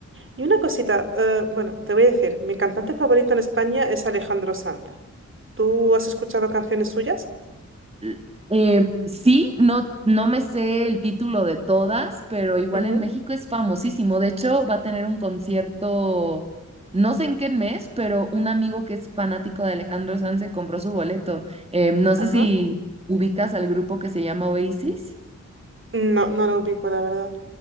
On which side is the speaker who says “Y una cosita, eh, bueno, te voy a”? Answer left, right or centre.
Right